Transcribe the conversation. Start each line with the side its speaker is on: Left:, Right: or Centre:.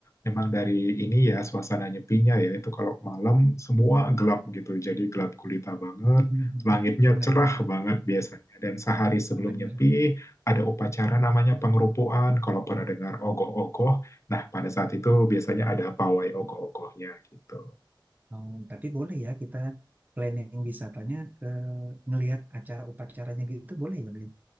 Left: memang dari ini ya suasana nyepinya ya itu kalau malam semua
Right: iya
Left: gelap gitu. Jadi gelap gulita banget,
Right: <laughs>
Left: langitnya
Right: bener
Left: cerah
Right: bener
Left: banget biasanya. Dan sehari sebelum
Right: bener
Left: nyepi ada upacara namanya pengerupuan. Kalau pernah dengar ogoh-ogoh, nah pada saat itu biasanya ada pawai ogoh-ogohnya gitu.
Right: Oh, tapi boleh ya kita planning wisatanya ke ngelihat acara upacaranya gitu boleh ya Beli?